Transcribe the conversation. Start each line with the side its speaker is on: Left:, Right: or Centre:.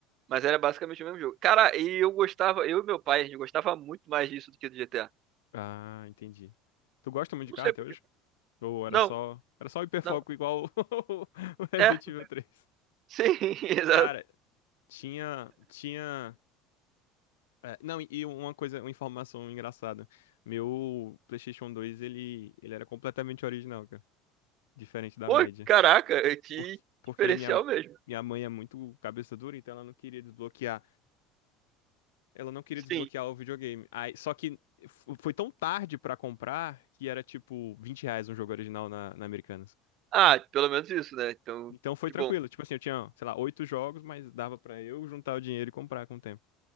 Right: mas era basicamente o mesmo jogo. Cara, e eu gostava, eu e meu pai, a gente gostava muito mais disso do que do GTA.
Left: Ah, entendi. Tu gosta muito
Right: Não
Left: de carro
Right: sei
Left: até
Right: por
Left: hoje?
Right: quê.
Left: Ou era
Right: Não,
Left: só, era só hiperfoco
Right: não.
Left: igual o <laughs> o Resident
Right: É,
Left: Evil três
Right: sim, <laughs> exato.
Left: Cara, tinha, tinha, é, não, e e uma coisa, uma informação engraçada. Meu PlayStation 2 ele, ele era completamente original, cara, diferente da
Right: Pô,
Left: média.
Right: caraca, é que
Left: Porque, porque
Right: diferencial
Left: minha
Right: mesmo.
Left: Minha mãe é muito cabeça dura, então ela não queria desbloquear. Ela não queria desbloquear
Right: Sim.
Left: o videogame. Aí, só que f- foi tão tarde pra comprar que era tipo 20 reais um jogo original na, na Americanas.
Right: Ah, pelo menos isso, né? Então,
Left: Então foi
Right: que
Left: tranquilo.
Right: bom.
Left: Tipo assim, eu tinha, sei lá, oito jogos, mas dava pra eu juntar o dinheiro e comprar com o tempo.